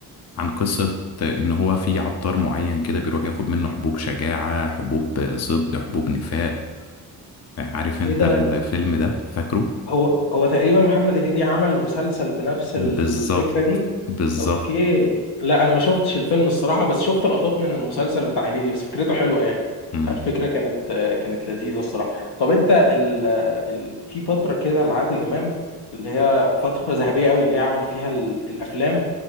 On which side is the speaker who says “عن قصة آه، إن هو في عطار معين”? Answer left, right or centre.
Left